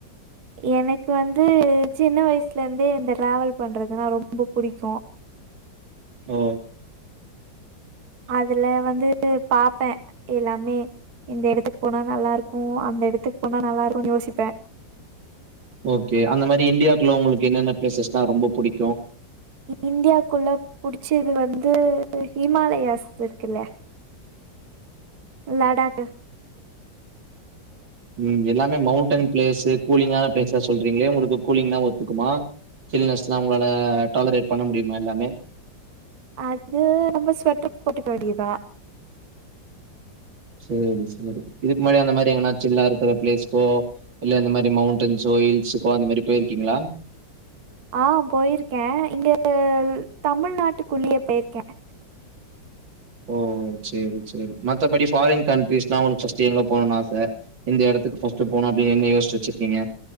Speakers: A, on the right (about 55°); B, on the right (about 90°).
A: எனக்கு வந்து சின்ன வயசுல இருந்தே இந்த டிராவல் பண்றதுனா ரொம்ப புடிக்கும்
B: ஓ
A: அதுல வந்து பாப்பேன் எல்லாமே இந்த இடத்துக்கு போனா நல்லா இருக்கும் அந்த இடத்துக்கு போனா நல்லா இருக்கும்னு யோசிப்பேன்
B: ஓகே அந்த மாதிரி இந்தியாக்குள்ள உங்களுக்கு என்னென்ன பிளேசஸ்னா ரொம்ப பிடிக்கும்
A: இந்தியாக்குள்ள புடிச்சது வந்து ஹிமாலயாஸ் இருக்குல்ல லடாக்
B: உம் எல்லாமே மௌண்டன் பிளேஸ் கூலிங்கான பிளேஸ் சொல்றீங்களே உங்களுக்கு கூலிங் தா ஒத்துக்குமா சில்ஸ்ல்லாம் உங்களால டாலரேட் பண்ண முடியமா எல்லாமே
A: அது நம்ம ஸ்வெட்டர் போட்டுக்க வேண்டியதுதான்
B: சரி சரி இதுக்கு முன்னாடி அந்த மாதிரி எங்கனாச்சில்ல்லா இருக்கிற பிளேஸ்க்கோ இல்ல இந்தந்த மாதிரி மௌண்டன்ஸோ ஹில்ஸு்கோ அந்த மாதிரி போயிருக்கீங்களா
A: ஆஹ் போயிருக்கேன் இங்க தமிழ்நாட்டுக்குள்ளியே போயிருக்கேன்
B: ஓ சரி சரி மத்தபடி ஃபாரின் கண்டட்ரிஸ்னா உனக்கு ஃபர்ஸ்ட் எங்க போகணும்ன்னனு ஆசை இந்த இடத்துக்கு பர்ஸ்ட் போனும் அப்படின்னு என்ன யோசிட்டு வச்சிருக்கீங்க